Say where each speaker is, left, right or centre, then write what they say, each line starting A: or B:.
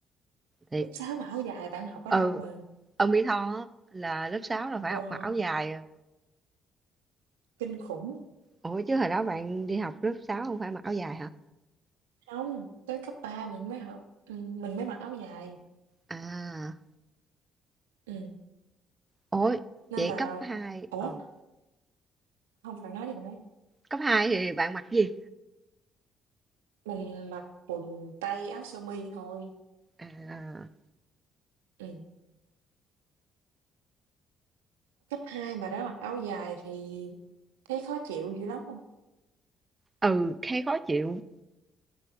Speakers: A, on the right (about 20°); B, on the right (about 75°).
A: thiệt.
B: Lớp 6 mà áo dài bạn học ở
A: Ừ,
B: đâu mà
A: ở Mỹ Tho á, là lớp 6 là phải
B: wow,
A: học mặc áo dài. à.
B: kinh khủng.
A: Ủa chứ hồi đó bạn đi học lớp sáu không phải mặc áo dài hả?
B: không tới cấp 3 mình mới học ừm, mình mới mặc áo dài,
A: À,
B: ừm,
A: ôi,
B: nên
A: vậy
B: là
A: cấp hai
B: ủa,
A: ờ,
B: không bạn nói đi, bạn nói
A: cấp 2 thì bạn mặc gì?
B: Mình mặc quần tây, áo sơ mi thôi,
A: À,
B: ừm. Cấp hai mà đã mặc áo dài thì thấy khó chịu dữ lắm không
A: ừ, thấy khó chịu